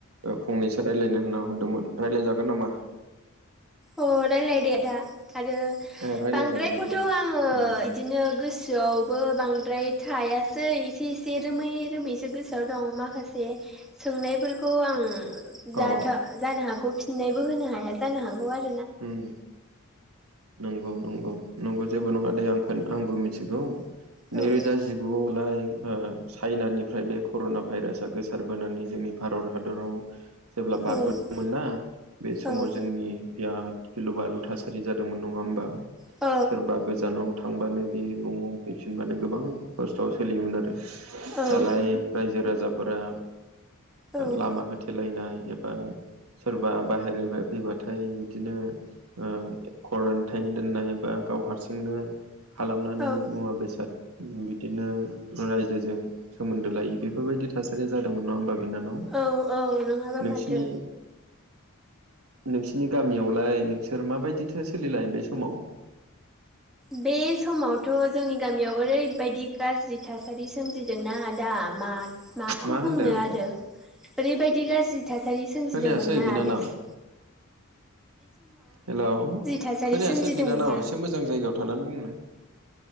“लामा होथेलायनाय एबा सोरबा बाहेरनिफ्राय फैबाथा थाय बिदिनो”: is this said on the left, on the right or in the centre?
Right